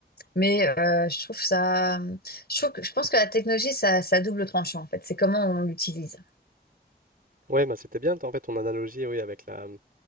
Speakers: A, on the left; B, on the right.
A: Mais euh, je trouve ça, je trouve que, je pense que la technologie, ça, ça a double tranchant en fait. C'est comment on l'utilise.
B: ouais, bah c'était bien en fait ton analogie oui avec la